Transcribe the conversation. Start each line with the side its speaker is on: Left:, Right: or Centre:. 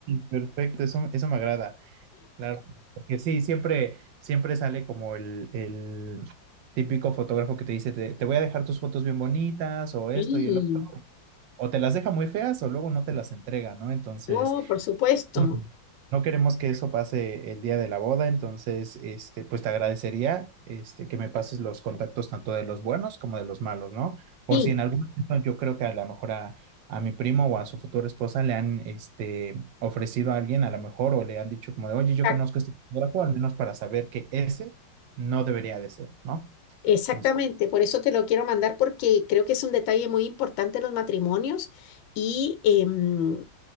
Right: perfecto, eso, eso me agrada, claro, porque sí, siempre, siempre sale como el, el típico fotógrafo que te dice, te, te voy a dejar tus fotos bien bonitas o esto
Left: Sí,
Right: y el otro. o te las deja muy feas o luego no te las entrega, ¿no? Entonces,
Left: no, por supuesto.
Right: mm, no queremos que eso pase el día de la boda, entonces, este, pues te agradecería, este, que me pases los contactos tanto de los buenos como de los malos, ¿no? Por
Left: Sí,
Right: si en algún momento yo creo que a lo mejor a, a mi primo o a su futura esposa le han, este, ofrecido a alguien a lo mejor o le han dicho como de, oye, yo
Left: exac-
Right: conozco este fotógrafo, al menos para saber que ese no debería de ser, ¿no?
Left: exactamente.
Right: entonces
Left: Por eso te lo quiero mandar porque creo que es un detalle muy importante en los matrimonios y em,